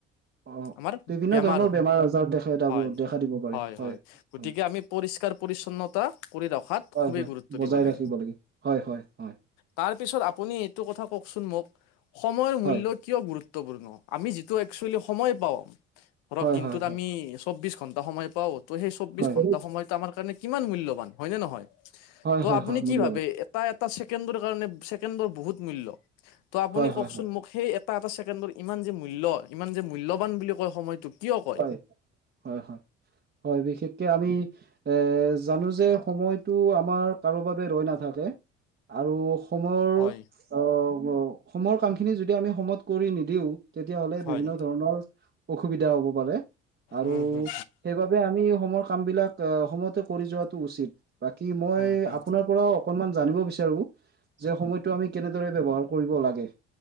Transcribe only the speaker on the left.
আমাৰ
বেমাৰ
হ'ব।
হয়,
হয়, হয়। গতিকে
আমি পৰিষ্কাৰ পৰি্ছন্নতা কৰি ৰখাত
খুবেই
গুৰুত্ব
দিব লাগে।
তাৰপিছত আপুনি এইটো কথা কওকচোন মোক সময়ৰ মূল্য
কিয় গুৰুত্ব। গুৰুতপূৰ্ণ, আমি যিটো একচুৱেলি সময় পাওঁ ধৰক
দিনটোত
আমি চৌববিশ ঘণ্টা সময় পাওঁ ত' সেই চৌবিশ
ঘণ্টা
সময়তটো আমাৰ কাৰণে কিমান মূল্যবান। হয়নে নহয়?
ত',
আপুনি
কি
ভাবে এটা এটা ছেকেণ্ডৰ কাৰণে, ছেকেণ্ডৰ বহুত মূল্য। ত', আপুনি
ক
চোন
মোক, সেই এটা এটা ছেকেণ্ডৰ ইমান যে মূল্য ইমান যে মূল্যবান বুলি কয় সময়টো কিয়? কয়
হয়
হয়
উম, হুম,
হুম, হুম,